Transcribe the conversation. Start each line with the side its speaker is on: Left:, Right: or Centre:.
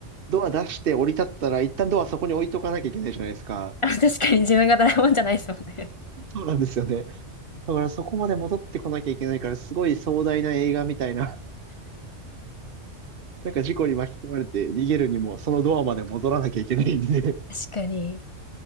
Right: ドア出して降り立ったら一旦ドアそこに置いとかなきゃいけないじゃないですか。
Left: <laughs> あ確かに自分がドラえもんじゃないですもんね。
Right: そうなんですよね。だからそこまで戻ってこなきゃいけないから、すごい壮大な映画みたいな。なんか事故に巻き込まれて逃げるにも、そのドアまで戻らなきゃいけないんで
Left: 確かに。